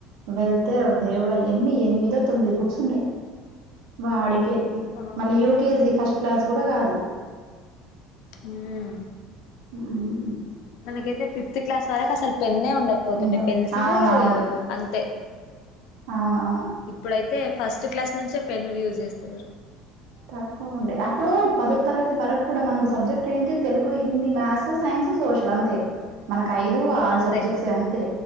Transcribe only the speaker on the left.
అవును
ఉం
మనకైతే ఫిఫ్త్ క్లాస్ వరకు అసలు పెన్నే ఉండకపోతుండే
పెన్సిల్
అంతే
ఇప్పుడైతే ఫస్ట్ క్లాస్ నుంచే పెన్నులు యూజ్ చేస్తున్నారు
అంతే